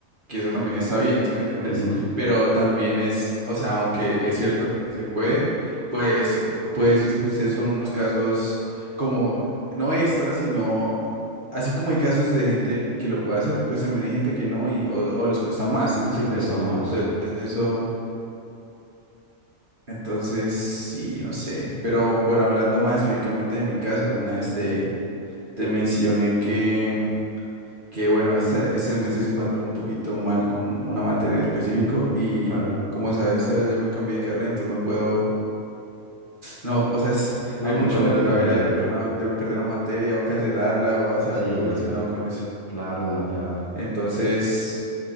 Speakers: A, on the right; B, on the left.
A: que eso
B: Mm,
A: también está bien, ¿sí me entendés?
B: ujú.
A: Pero también es, o sea, aunque es cierto que se puede, pues puede decirse que ustedes son unos casos como no extra, sino así como hay casos de gente que lo puede hacer, pues también hay gente que no y o, o les cuesta más, ¿sí me
B: Sí,
A: entendés?
B: cuesta más.
A: Entonces eso, entonces sí, no sé. Pero bueno, hablando más específicamente de mi caso, alguna vez te, te mencioné que, que bueno, esa- ese mes estoy pasando un poquito mal con una materia en específico y
B: Ah, claro.
A: como sabes, Sebas, ya me cambié de carrera, entonces no puedo... No, vos sabes,
B: No,
A: hay mucho
B: no puedes
A: menos
B: volver
A: gabela
B: a perder.
A: de perder una, de perder una materia o cancelarla o hacer
B: Sí,
A: algo relacionado con eso.
B: claro, no, ya
A: Entonces,